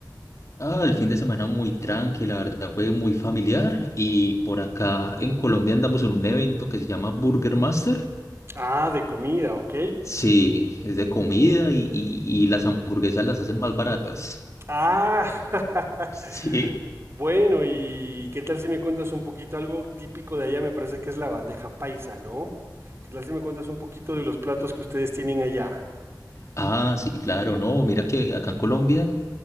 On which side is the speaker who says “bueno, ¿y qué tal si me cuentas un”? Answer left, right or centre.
Right